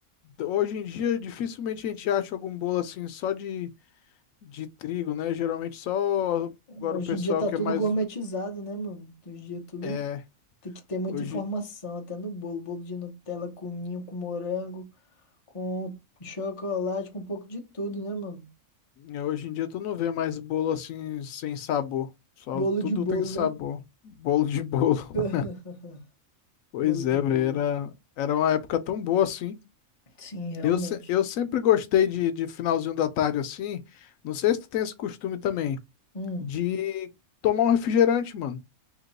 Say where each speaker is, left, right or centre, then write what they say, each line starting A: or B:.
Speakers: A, on the left; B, on the left.
A: Hoje em dia dificilmente a gente acha algum bolo assim só de, de trigo, né? Geralmente só agora
B: Hoje
A: o pessoal
B: em dia tá
A: que
B: tudo
A: é mais
B: gourmetizado, né, mano? Hoje em dia tudo
A: é,
B: tem que ter muita
A: hoje
B: informação, até no bolo. Bolo de Nutella com ninho, com morango, com chocolate, com um pouco de tudo, né, mano?
A: É, Hoje em dia tu não vê mais bolo assim sem sabor. Só
B: Bolo
A: tudo
B: de bolo,
A: tem sabor.
B: né?
A: Bolo de bolo. <laughs>
B: <laughs>
A: Pois
B: Bolo de
A: é,
B: bolo.
A: velho. Era, era uma época tão boa assim.
B: Sim, realmente.
A: Eu, se- eu sempre gostei de, de finalzinho da tarde assim. Não sei se tu tem esse costume também.
B: Hum,
A: De tomar um refrigerante, mano.